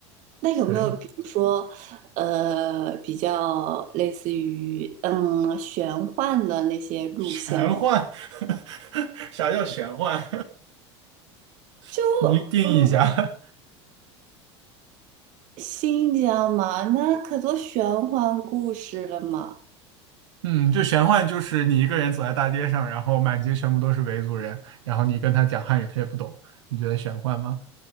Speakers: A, on the right; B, on the right.
A: 那有没有比如说，
B: 对，
A: 呃，比较类似于嗯玄幻的那些路线呀、
B: 玄幻，<laughs> 啥叫玄幻？<laughs>
A: 就
B: 你定义一下。
A: 嗯。新疆嘛，那可多玄幻故事了嘛。
B: <laughs> 嗯，就玄幻就是你一个人走在大街上，然后满街全部都是维族人，然后你跟他讲汉语，他也不懂。你觉得玄幻吗？